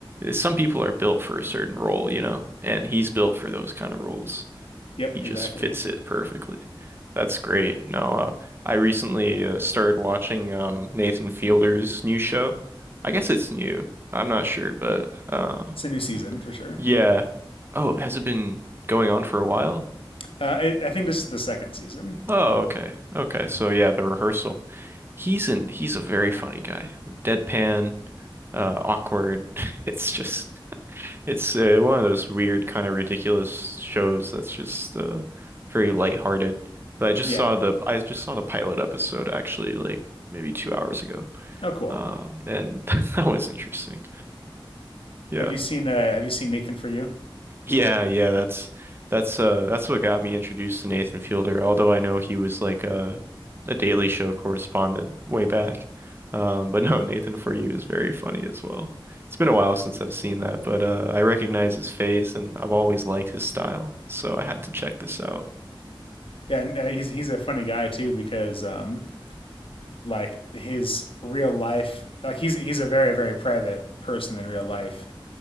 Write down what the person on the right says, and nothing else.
some people are built for a certain role, you know, and he's built for those kind of roles.
He
just fits it perfectly. That's great. No, uh, I recently uh, started watching um, Nathan Fielder's new show. I guess it's new. I'm not sure, but uh,
yeah. Oh, has it been going on for a while?
Oh, okay. Okay. So yeah, the rehearsal. He's an he's a very funny guy. Deadpan, uh, awkward. <laughs> It's just It's uh, one of those weird, kind of ridiculous shows that's just uh, very lighthearted. But I just
saw the I just saw the pilot episode actually, like maybe two hours ago.
Um, and <laughs> that was interesting. Yeah.
Yeah, yeah, that's that's uh that's what got me introduced to Nathan Fielder, although I know he was like a a Daily Show correspondent way back. Um but <laughs> no, Nathan For You is very funny as well. It's been a while since I've seen that, but uh I recognize his face and I've always liked his style, so I had to check this out.